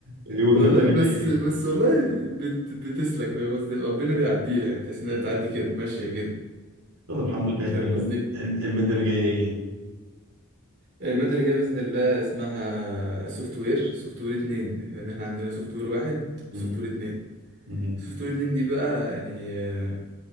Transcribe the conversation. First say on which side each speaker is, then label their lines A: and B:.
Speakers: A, on the right (about 70°); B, on the right (about 50°).
A: ايه والمادة
B: والله
A: اللي
B: بس
A: جاية ايه
B: بس والله بت بتسلك فاهم قصدي ربنا بيعديها يعني تحس انها
A: مم.
B: بتعدي كده ماشية كده
A: يلا الحمد لله
B: فاهم
A: المادة
B: قصدي
A: المادة اللي جاية ايه
B: المادة اللي جاية بإذن الله اسمها سوفت وير سوفت وير اتنين لأن احنا عندنا سوفت وير واحد
A: مم.
B: وسوفت وير اتنين
A: مم.
B: سوفت وير اتنين دي بقى يعني آه،